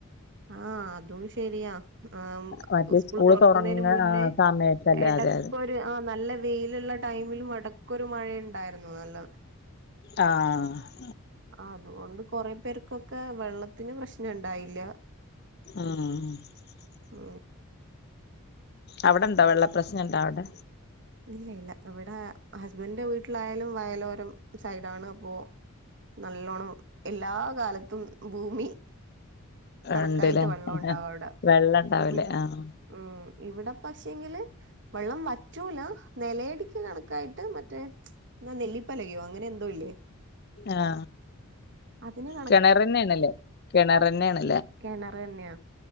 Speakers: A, on the right; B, on the left.
A: ആ അതും ശരിയാ ആ
B: മറ്റേ
A: സ്കൂൾ
B: സ്കൂള്
A: തുറക്കുന്നതിന്
B: തുറങ്ങ
A: മുന്നേ
B: ആ സമയത്തല്ലേ
A: എടക്കരു
B: അതെ അതെ
A: ആ നല്ല വെയിലുള്ള ടൈമിലും എടക്കൊരു മഴയുണ്ടായിരുന്നു നല്ല
B: ആ ആ
A: അത് ഓണ്ട് കൊറെ പേർക്കൊക്കെ വെള്ളത്തിന് പ്രശ്നം ഉണ്ടായില്ല
B: മ്മ്
A: മ്മ്
B: അവിടെണ്ടോ വെള്ള പ്രശ്നംഉണ്ടോ അവിടെ
A: ഇല്ല ഇല്ല ഇവിടെ ഹസ്ബൻഡന്റെ വീട്ടിലായാലും വയലോരം സൈഡാണ് അപ്പൊ നല്ലോണം എല്ലാ കാലത്തും ഭൂമി കണക്കായിട്ട്
B: ഇണ്ട്ല്ലേ
A: വെള്ളം ഉണ്ടാവിട
B: വെള്ളം ഇണ്ടാവൂലേ
A: ഇവി
B: ആഹ്
A: ഉം ഇവിടെ പക്ഷ ങ്കില് വെള്ളം വറ്റൂല നിലയടക്ക് കണക്കായിട്ട് മ <unintelligible> എന്നാ നെല്ലിപ്പലകയോ അങ്ങനെ എന്തോ ഇല്ലേ
B: ആ ആ
A: അതിന്
B: കിണർന്നെയ ആണല്ലേ കിണർന്നെയാണ്
A: കെണറ് തന്നെയയാ